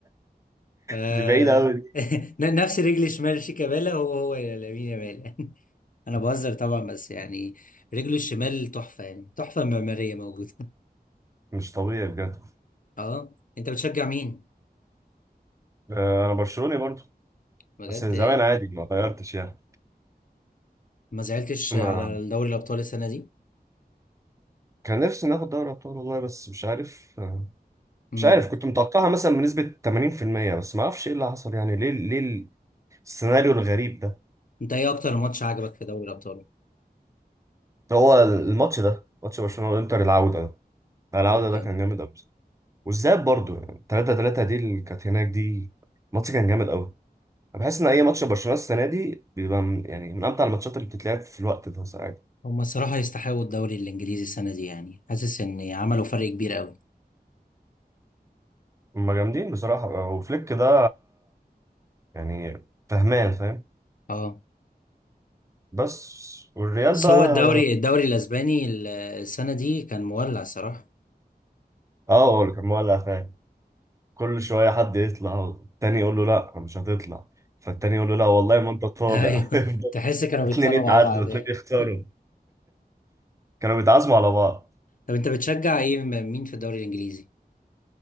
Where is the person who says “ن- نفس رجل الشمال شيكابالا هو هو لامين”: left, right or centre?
Left